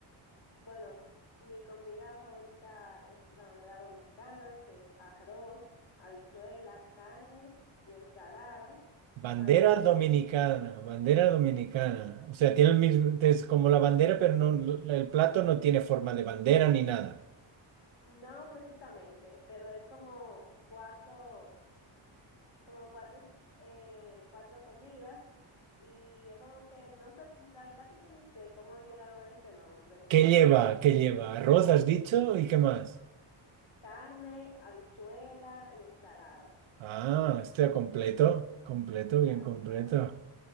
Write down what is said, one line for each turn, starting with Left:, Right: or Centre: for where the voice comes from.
Left: Bueno, mi comida favorita es la bandera dominicana, que es arroz, habichuela, carne y ensalada.
Right: Bandera
Left: También,
Right: dominicana, bandera dominicana. O sea, tiene
Left: <laughs>
Right: el mismo, es como la bandera, pero no, no- el plato no tiene forma de bandera ni nada.
Left: no precisamente, pero es como cuatro, como cuatro, eh, cuatro comidas y es como que no sé, la verdad que yo ni sé cómo llegaron a este nombre.
Right: ¿Qué lleva? ¿Qué lleva? Arroz,
Left: Sí.
Right: has dicho, ¿y qué más?
Left: Carne, habichuela y ensalada.
Right: Ah, está completo, completo,
Left: Claro,
Right: bien completo.
Left: claro.